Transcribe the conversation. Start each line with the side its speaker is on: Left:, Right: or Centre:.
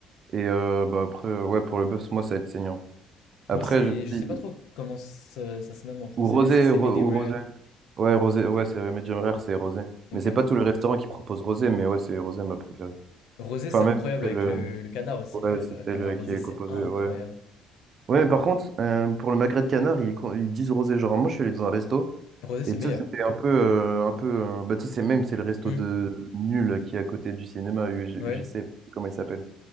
Right: Et euh, bah, après, euh, ouais, pour le bœuf, moi, ça va être saignant. Après,
Left: Moi, c'est,
Right: je
Left: je
Right: dis,
Left: sais pas trop comment ça, ça se nomme en français,
Right: ou rosé,
Left: mais c'est c'est
Right: ro-
Left: medium
Right: ou rosé.
Left: rare.
Right: Ouais, rosé, ouais, c'est médium rare, c'est rosé.
Left: Ok.
Right: Mais c'est pas tous les restaurants qui proposent rosé, mais ouais, c'est rosé ma préférée.
Left: Rosé,
Right: Enfin,
Left: c'est incroyable
Right: même, c'est
Left: avec
Right: le,
Left: le, le canard aussi,
Right: ouais,
Left: frère.
Right: c'est
Left: Le
Right: celle
Left: Canard rosé,
Right: qui est
Left: c'est
Right: composée,
Left: incroyable.
Right: ouais. Ouais, par contre, euh, pour le magret de canard, ils, con- ils disent rosé. Genre, moi, je suis allé dans un resto,
Left: Rosé, c'est
Right: et
Left: le
Right: tu
Left: meilleur.
Right: sais, c'était un peu. euh, un peu euh, bah, tu sais, c'est même, c'est le resto
Left: Hmm,
Right: de Nul qui est à côté du cinéma UG
Left: Ouais.
Right: UGC, là, comment il s'appelle.